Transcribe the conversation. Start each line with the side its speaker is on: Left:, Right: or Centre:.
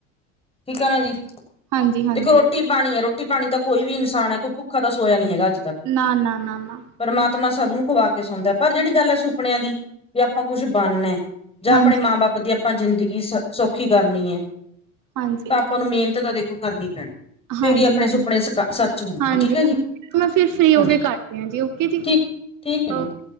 Left: ਠੀਕ ਹੈ ਨਾ ਜੀ
Right: ਹਾਂਜੀ ਹਾਂਜੀ
Left: ਦੇਖੋ ਰੋਟੀ ਪਾਣੀ ਹੈ ਰੋਟੀ ਪਾਣੀ ਤਾਂ ਕੋਈ ਵੀ ਇਨਸਾਨ ਹੈ ਕੋਈ ਭੁੱਖਾ ਤਾਂ ਸੋਇਆ ਨਹੀਂ ਹੈਗਾ ਅੱਜ ਤੱਕ
Right: ਨਾ ਨਾ ਨਾ ਨਾ
Left: ਪਰਮਾਤਮਾ ਸਭ ਨੂੰ ਖਵਾ ਕੇ ਸੌਂਦਾ ਪਰ ਜਿਹੜੀ ਗੱਲ ਹੈ ਸੁਪਨਿਆਂ ਦੀ ਵੀ ਆਪਾਂ ਕੁੱਛ ਬਣਨਾ ਜਾਂ
Right: ਹਾਂਜੀ
Left: ਆਪਣੇ ਮਾਂ ਬਾਪ ਦੀ ਆਪਾਂ ਜ਼ਿੰਦਗੀ ਸ ਸੌਖੀ ਕਰਨੀ ਹੈ
Right: ਹਾਂਜੀ
Left: ਤਾਂ ਆਪਾਂ ਨੂੰ ਮਿਹਨਤ ਤਾਂ ਦੇਖੋ ਕਰਨੀ ਪੈਣੀ ਫੇਰ
Right: ਹਾਂਜੀ
Left: ਹੀ ਆਪਣੇ
Right: ਹਾਂਜੀ
Left: ਸੁਪਨੇ ਸੱਚ ਹੋਣਗੇ
Right: ਹਾਂਜੀ
Left: ਠੀਕ ਹੈ ਜੀ
Right: ਹਾਂਜੀ ਮੈਂ ਫਿਰ ਫ੍ਰੀ ਹੋ
Left: ਹਾਂਜੀ
Right: ਕੇ ਕਰਦੀ ਹਾਂ ਜੀ ਓਕੇ ਜੀ
Left: ਠੀਕ ਠੀਕ ਹੈ ਮੈਮ
Right: ਓਕੇ